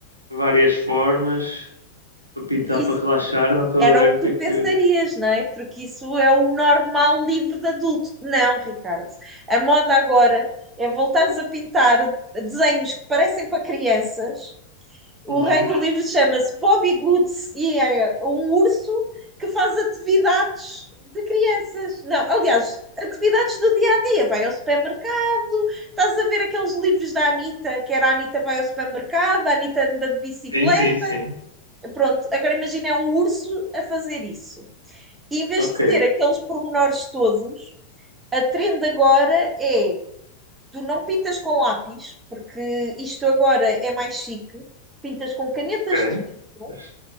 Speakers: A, on the right; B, on the right.
A: várias formas para pintar,
B: E
A: para relaxar, não estou
B: Era
A: a ver
B: o que
A: o que
B: tu
A: é que.
B: pensarias, não é? Porque isso é o normal livre de adulto. Não, Ricardo. A moda agora é voltares a pintar desenhos que parecem para crianças. O
A: Uhum.
B: rei do livro chama-se Bobby Goods e é um urso que faz atividades de crianças. Não, aliás, atividades do dia a dia. Vai ao supermercado, estás a ver aqueles livros da Anitta, que era a Anitta vai ao supermercado, a Anitta anda de bicicleta.
A: Sim, sim, sim.
B: Pronto, agora imagina é um urso a fazer isso em vez
A: Ok,
B: de ter aqueles pormenores todos, a trend agora é tu não pintas com lápis, porque isto agora é mais chique, pintas com canetas
A: ok.
B: de filtro,
A: Mas